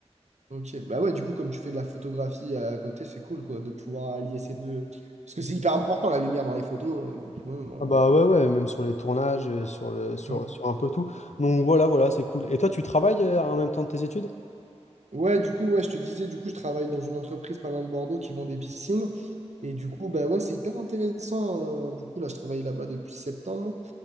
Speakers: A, on the right (about 75°); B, on the left (about 75°).
A: Ok, bah ouais, du coup, comme tu fais de la photographie à à côté, c'est cool, quoi, de pouvoir allier ces deux. Parce que c'est hyper important, la lumière dans les photos. euh, sinon, bon,
B: Ah bah
A: bah,
B: ouais,
A: il
B: ouais,
A: faut-
B: même sur les tournages, euh, sur le, sur,
A: Mm.
B: sur un peu tout. Donc voilà, voilà, c'est cool. Et toi, tu travailles euh, en même temps de tes études?
A: Ouais, du coup, ouais, je te disais, du coup, je travaille dans une entreprise pas loin de Bordeaux qui vend des piscines. Et du coup, bah ouais, c'est hyper intéressant. euh, Du coup, là, je travaille là-bas depuis septembre.